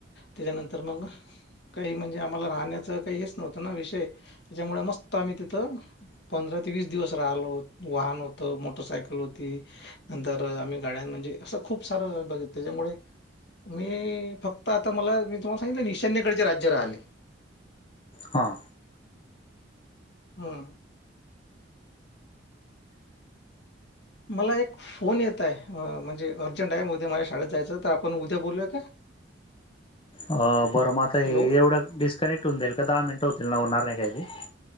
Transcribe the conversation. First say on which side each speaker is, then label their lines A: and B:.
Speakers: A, on the left; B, on the left.
A: त्याच्यानंतर मग, काही म्हणजे आम्हाला राहण्याचं काही हेच नव्हतं ना, विषय. त्याच्यामुळे मस्त आम्ही तिथं. पंधरा ते वीस दिवस राहिलो,, वाहन होत मोटरसायकल होती. नंतर आम्ही गाड्यां म्हणजे, असं खूप सारं बघितलच्यामुळे मी फक्त आता मला, मी तुम्हाला सांगितलं ना ईशान्यकडचे राज्य राहिले.
B: हा
A: हम, मला एक फोन येत आहे. म्हणजे अर्जंट आहे. माझ्या शाळेत जायचं, तर आपण उद्या बोलूया का?
B: अ बरं मग आता
A: हॅलो.
B: एवढं डिस्कनेक्ट होऊन जाईल का? दहा मिनिट होतील ना, होणार नाही काय ते